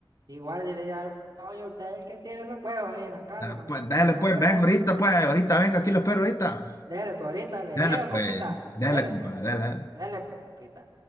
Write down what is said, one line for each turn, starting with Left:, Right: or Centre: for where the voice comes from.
Right: Igual yo le digo, oye, usted es el que tiene los huevos ahí en la casa,
Left: Da,
Right: compita.
Left: Pues, dele
Right: Y no
Left: pues,
Right: puede.
Left: venga ahorita pues, ahorita venga, aquí lo espero ahorita.
Right: Dele, pues ahorita le
Left: Dele
Right: llevo,
Left: pues,
Right: compita.
Left: dele
Right: Dele,
Left: compa,
Right: pues.
Left: dele.
Right: Dele, compita.